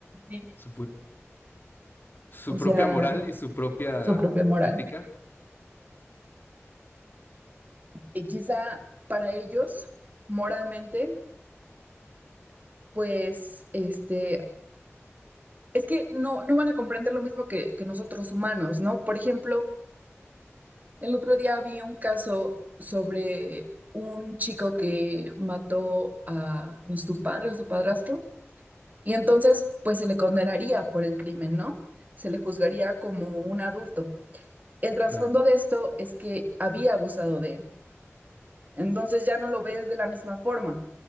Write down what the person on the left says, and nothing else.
Supo- su
propia
moral y su propia
ética.
Claro.